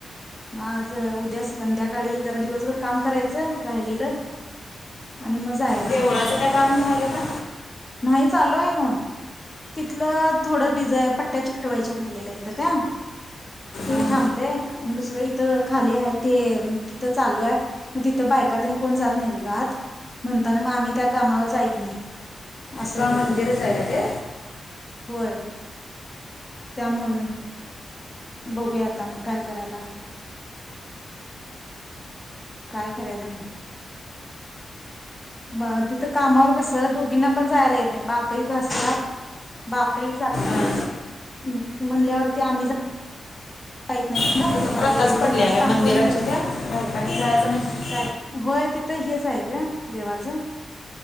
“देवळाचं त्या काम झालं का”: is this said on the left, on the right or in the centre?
Left